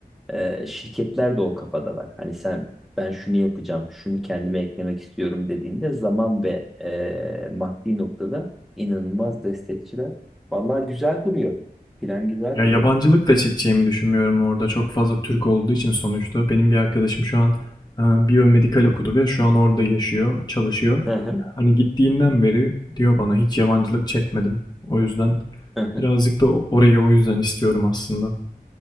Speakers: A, in the centre; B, on the left.
A: Ee, şirketler de o kafadalar. Hani sen ben şunu yapacağım, şunu kendime eklemek istiyorum dediğinde zaman ve e, maddi noktada inanılmaz destekçiler. Vallahi güzel duruyor. Plan güzel
B: Ya
A: duruyor.
B: yabancılık da çekeceğimi düşünmüyorum orada. Çok fazla Türk olduğu için sonuçta. Benim bir arkadaşım şu an e, biyomedikal
A: Hı
B: okudu ve şu an orada yaşıyor, çalışıyor.
A: hı,
B: Hani gittiğinden beri diyor bana hiç yabancılık çekmedim. O yüzden
A: hı hı.
B: birazcık da orayı o yüzden istiyorum aslında.